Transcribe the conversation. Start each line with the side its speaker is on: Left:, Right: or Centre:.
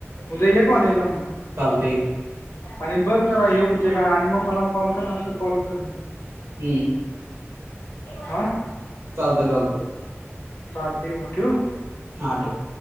Left: उद्या ये कॉलेजला मग.
Right: चालतय.
Left: आणि बघ जरा हे होते काय आणि मग मला कॉल कर न असल कॉल कर.
Right: हम्म.
Left: आ
Right: चालतय चालतय.
Left: चालतय की मगं ठेऊ.
Right: हा ठेव.